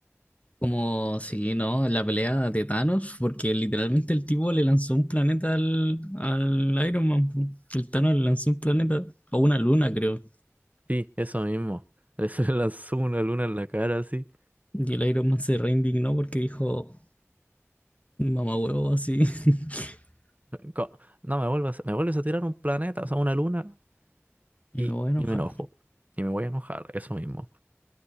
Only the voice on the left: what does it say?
Como, sí, ¿no? La pelea de Thanos, porque literalmente el tipo le lanzó un planeta al, al Iron Man. po. El Thanos le lanzó un planeta, o una luna, creo.
Y el Iron Man se reindignó porque dijo, mamá huevo, así, <laughs>
y
me voy a enojar.